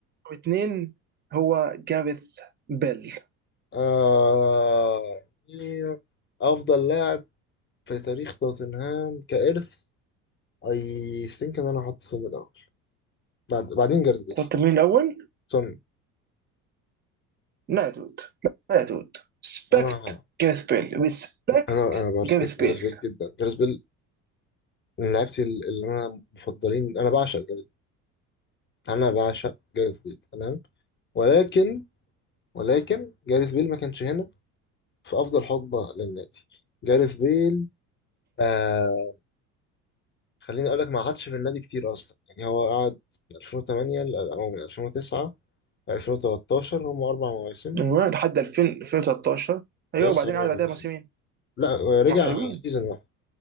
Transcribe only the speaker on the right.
رقم اثنين هو جاريث بيل
قلت مين الاول؟
لا يا دود لا يا دود سبكت
جاريث بيل ريسبكت
جاريث بيل
من وين لحد 2000 2013 ايوه
وبعدين
قعد
بعدها موسمين
ما حلوين